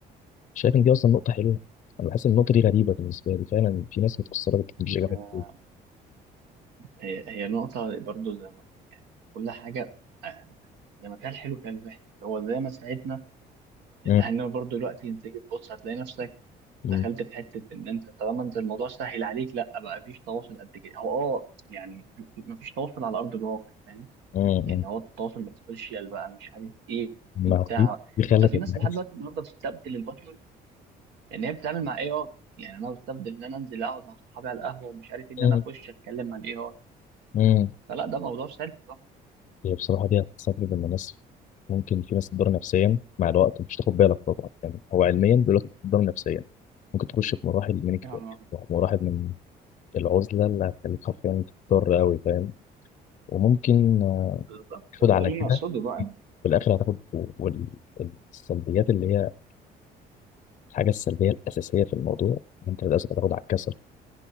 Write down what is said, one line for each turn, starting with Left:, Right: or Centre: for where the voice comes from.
Left: شايف إن دي أصلا نقطة حلوة أنا بحس إن النقطة دي غريبة بالنسبة لي فعلا في ناس متأثرة بالتكنولوجيا
Right: هي
Left: جامد أوي.
Right: هي هي نقطة برضو زي ما كل حاجة آه، زي ما كان حلو كان وحش هو زي ما ساعدنا اللي
Left: مم.
Right: هنا برضو دلوقتي انت تيجي تبص هتلاقي نفسك
Left: مم.
Right: دخلت في حتة ان انت طالما انت الموضوع سهل عليك لا بقى مفيش تواصل قد كده هو اه يعني في- في- مفيش تواصل على ارض الواقع فاهم
Left: مم.
Right: يعني
Left: مم.
Right: هو التواصل بقى سوشيال بقى مش عارف ايه
Left: ما
Right: بتاع
Left: هو دي دي خلت
Right: انت في ناس
Left: الناس
Right: لحد دلوقتي النهارده بتستبدل البشر ان هي بتتعامل مع اي اي يعني انا بستبدل ان انا انزل اقعد مع صحابي على القهوه ومش عارف ايه ان
Left: مم.
Right: انا اخش اتكلم مع الاي اي
Left: مم.
Right: فلا ده موضوع سلبي طبعا
Left: هي بصراحة دي هتستغرب من الناس ممكن في ناس تضر نفسيا مع الوقت مش تاخد بالك طبعا يعني هو علميا دلوقتي بتضر نفسيا ممكن تخش في مراحل من اكتئاب
Right: اه
Left: مراحل من العزلة اللي هتخليك حرفيا تضطر أوي فاهم وممكن آه،
Right: بالظبط
Left: تاخد
Right: ده اللي
Left: على كده
Right: انا اقصده بقى إن-
Left: في الآخر هتاخد والسلبيات اللي هي الحاجة السلبية الأساسية في الموضوع إن أنت للأسف هتاخد على الكسل